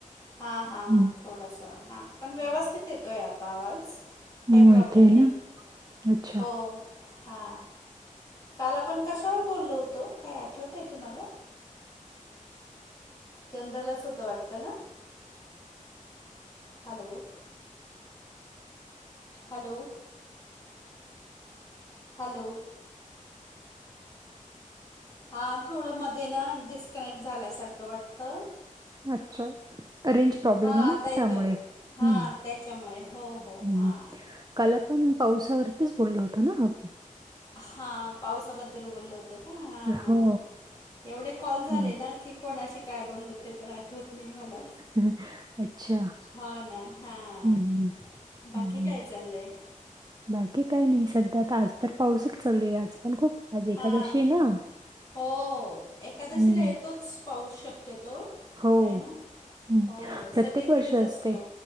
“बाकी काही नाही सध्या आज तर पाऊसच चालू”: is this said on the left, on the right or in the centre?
Right